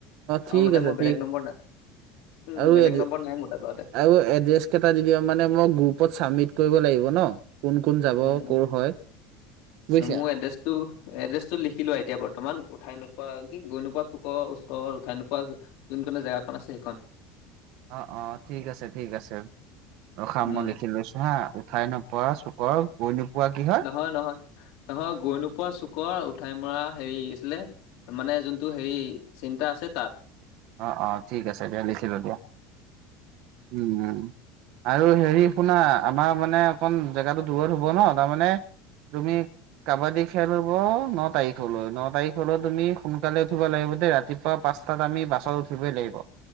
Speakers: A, on the right; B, on the left.
A: ঠিক
B: অ মানে
A: আছে
B: মোৰ বেলেগ
A: ঠিক
B: নম্বৰ নাই উম
A: আৰু
B: বেলেগ
A: এ
B: নম্বৰ নাই মোৰ তাত। বাৰুতে
A: আৰু এড্ৰেচ কেইটা ও দিবি আৰু মানে মই গ্ৰুপত চাবমিত কৰিব লাগিব। ন কোন কোন যাব
B: উম
A: কৰ হয় বুজিছা।
B: মোৰ এড্ৰেছটো এড্ৰেছটো লিখি লোৱা এতিয়া বৰ্তমান। উঠাই নোপোৱা কি গৈ নোপোৱা চুকৰ ওচৰ উঠাই নোপোৱা যোনকণ জেগাকণ আছে সেইখন।
A: অ অ ঠিক আছে ঠিক আছে ৰখা
B: উম,
A: মই লিখি লৈছো হা। উঠাই নপৰা চুকৰ গৈ নোপোৱা কি হয়
B: নহয় নহয় নহয় গৈ নোপোৱা চুক কৰ উঠাই মৰা হেৰি আছিলে মানে যোনটো হেৰি চিন্তা আছে তাত
A: অ অ ঠিক আছে দিয়া লিখিলো দিয়া উম উম। আৰু হেৰি শুনা আমাৰ মানে অকণ জেগাটো দূৰত হ'ব ন তাৰমানে তুমি। কাবাডী খেল হব ন তাৰিখলৈ ন তাৰিখলৈ তুমি সোনকালে উঠিবা লাগিব দেই ৰাতিপুৱা পাঁচ টাত আমি বাছত উঠিবই লাগিব